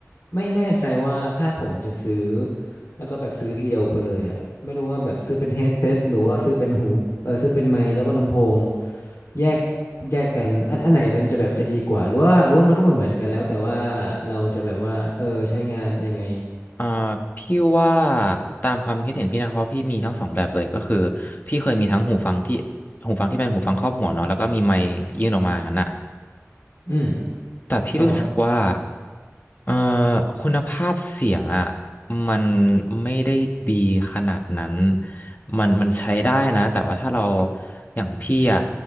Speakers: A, on the left (about 65°); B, on the left (about 35°).
A: ไม่แน่ใจว่าถ้าผมจะซื้อแล้วก็แบบซื้อทีเดียวไปเลยอ่ะไม่รู้ว่าแบบซื้อเป็นเฮดเซตหรือว่าซื้อเป็นหูเออซื้อเป็นไมค์แล้วก็ลำโพงแยกแยกกันอันอันไหนมันจะแบบจะดีกว่าหรือว่าหรือว่ามันก็เหมือนเหมือนกันแล้วแต่ว่าเราจะแบบว่าเออใช้งานยังไง
B: อ่าพี่ว่าตามความคิดเห็นพี่นะเพราะพี่มีทั้งสองแบบเลยก็คือพี่เคยมีทั้งหูฟังที่หูฟังที่เป็นหูฟังครอบหัวเนาะแล้วก็มีไมค์ยื่นออกมางั้นอะ
A: อืม
B: แต่พี่รู้สึกว่า
A: ครับผม
B: เอ่อคุณภาพเสียงอ่ะมันไม่ได้ดีขนาดนั้นมันมันใช้ได้นะแต่ว่าถ้าเราอย่างพี่อ่ะ